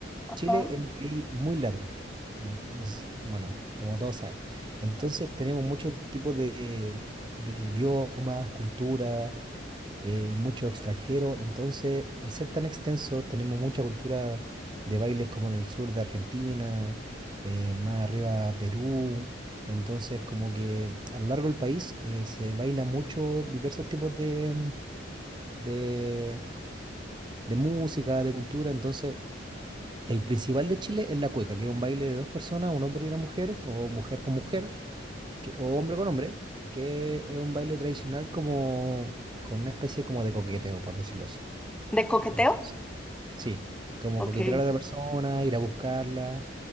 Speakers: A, in the centre; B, on the right.
A: Ajá.
B: Chile es un país muy largo. No, no sé, si- bueno, como todos saben. Entonces tenemos muchos tipos de, de biomas, culturas eh, mucho extranjero. Entonces, al ser tan extenso, tenemos mucha cultura de bailes como en el sur de Argentina, eh, más arriba Perú. Entonces, como que a lo largo del país eh, se baila mucho diversos tipos de, mm, de, de música, de cultura. Entonces, el principal de Chile es la cueca, que es un baile de dos personas, un hombre y una mujer, o mujer con mujer, que- o hombre con hombre, que es un baile tradicional como con una especie como de coqueteo, por decirlo así.
A: ¿De coqueteo?
B: Entonces, Sí, como
A: Ok,
B: coquetear a la otra persona, ir a buscarla,